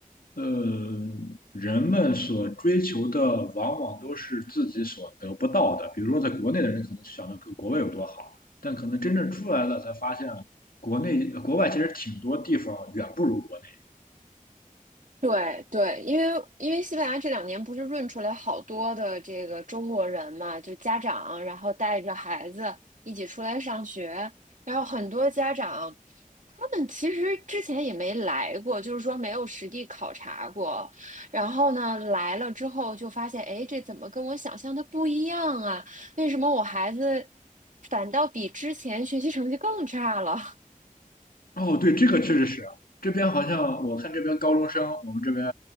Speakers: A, on the left; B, on the right.
A: 呃，人们所追求的往往都是自己所得不到的。比如说，在国内的人可能就想着跟国外有多好，但可能真正出来了才发现，国内国外其实挺多地方远不如国内。
B: 对对，因为因为西班牙这两年不是润出来好多的这个中国人嘛，就家长，然后带着孩子一起出来上学，然后很多家长，他们其实之前也没来过，就是说没有实地考察过，然后呢来了之后就发现，哎，这怎么跟我想象的不一样啊？为什么我孩子反倒比之前学习成绩更差了？
A: 哦，对，这个确实是啊，这边好像我看这边高中生，我们这边，